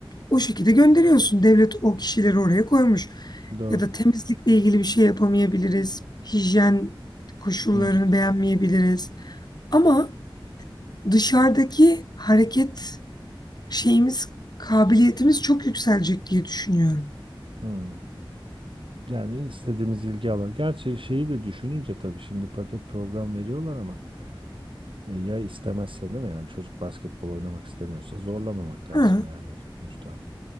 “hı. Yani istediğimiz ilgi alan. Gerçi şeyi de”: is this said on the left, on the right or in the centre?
Right